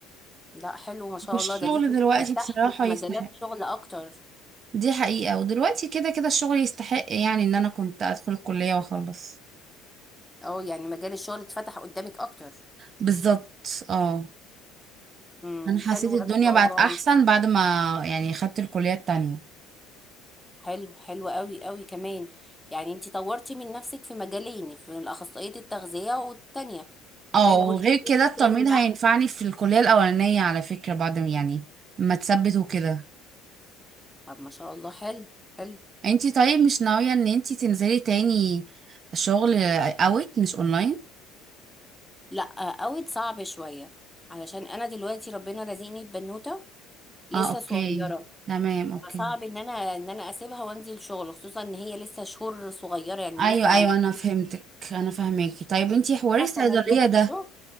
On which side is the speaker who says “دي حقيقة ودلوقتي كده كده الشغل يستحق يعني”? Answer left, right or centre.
Right